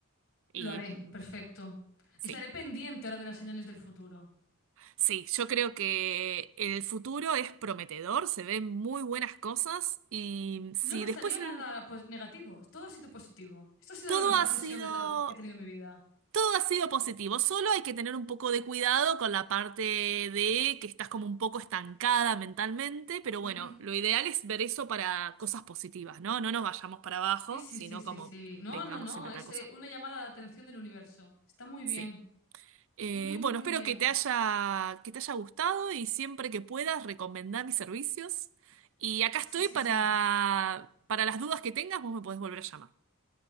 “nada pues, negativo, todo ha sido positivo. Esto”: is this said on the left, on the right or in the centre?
Left